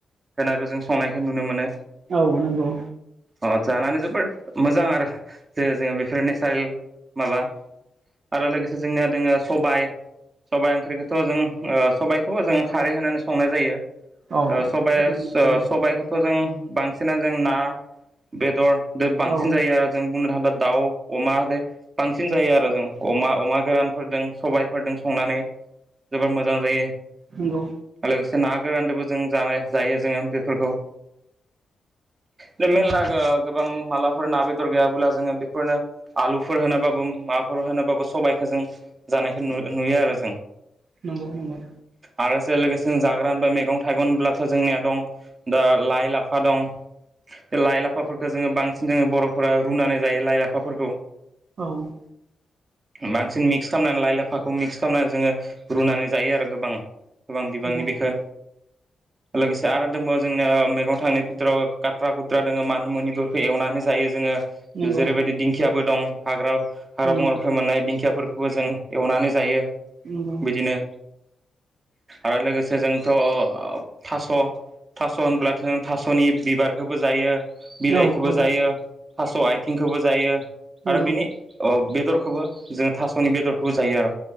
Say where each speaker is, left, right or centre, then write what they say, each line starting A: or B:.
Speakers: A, on the right; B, on the right.
A: होनाबो जों संनायखौ नुनो मोनो।
B: औ नंगौ।
A: अ जानानै जोबोर मोजां आरो जे जोङो बेफोर नेसारेल माबा आरो लोगोसे जोंनिया दोङो सबाइ सबाइ ओंख्रिखौथ' जों ओ सबायखौबो जों खारै होनानै संनाय जायो।
B: नंगौ
A: ओ सबाइस ओ
B: औ
A: सबायाइखौथ' जों बांसिना जों ना बेदर दो बांसिन
B: औ
A: जायो आरो जों। बुंनो थांब्ला दाउ, अमा बे बांसिन जायो आरो जों। अमा अमा गोरानफोरदों सबायफोरदों संनानै जोबोर मोजां जायो
B: नंगौ
A: आ लोगोसे ना गोरान्दोबो जों जानाय जायो जोङो बेफोरखौ। जोंङो मेरला ओ गोबां मालाफोर ना बेदर गैयाब्ला जोङो बेफोरनो आलुफोर होनाबाबो माबाफोर होनाबाबो सबायखौ जों जानायखौ नु नुयो आरो जों।
B: नगौ नंगौ।
A: आरोसे लोगोसे जों जाग्रा बा मैगं थाइगं' होनोब्लाथ' जोंनिया दं दा लाइ लाफा दं बे लाइ लाफाफोरखौ जोङो बांसिन जोङो बर'फोरा रुनानै जायो लाइ लाफाफोरखौ।
B: औ <inaudible>
A: बांसिन मिक्स खालामनानै लाइ लाफाखौ मिक्स खालामनानै जोङो रुनानै जायो आरो गोबां गोबां बिबांनि
B: नंगौ
A: बेखो लोगोसे आरो दंबावो जोंनिया मैगं थांनाय <unintelligible> गाथ्रा गुद्रा दोङो मानि मुनिफोरखौ एवनानै जायो जोङो जेरैबायदि
B: नंगौ
A: दिंखिाबो दं हाग्रा हाग्रा
B: उम
A: बंग्राफ्राय मोननाय दिंखिया दिंखियाफोरखौबो जों एवनानै जायो
B: नंगौ
A: बिदिनो आरो लोगोसे जोंथ' थ' थास' होनब्लाथ' ज थास'नि बिबार फोरबो जायो बिलाइखौबो
B: औ औ
A: जायो थास' आथिंखौबो जायो
B: नंगौ
A: आरो बिनि बेदरखौबो जोङो थास'नि बेदरखौबो जायो आरो